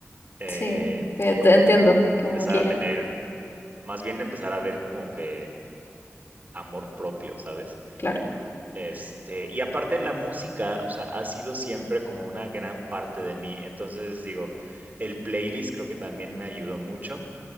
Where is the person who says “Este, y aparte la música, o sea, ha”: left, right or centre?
Right